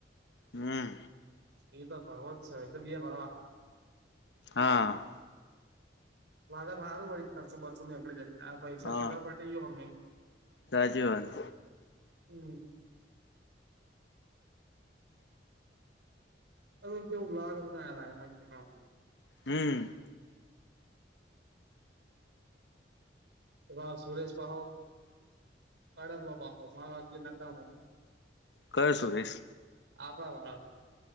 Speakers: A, on the left; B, on the right.
A: હમ
B: એ તો ભરવો જ છે એ તો બે ભરવા હા.
A: હા.
B: લાગા સારું વળી ખર્ચો બચો નેકળી જાય પૈસા
A: હા
B: પગાર પટે ગયો અમે
A: સાચી વાત
B: હમ. હવે કેવુ લાગે કે ના લાગે નક્કી ના
A: હમ.
B: એવા સુરેશ પહો અડલોબ હોમા અગલી નકા મો-
A: કર સુરેશ
B: આપણા હ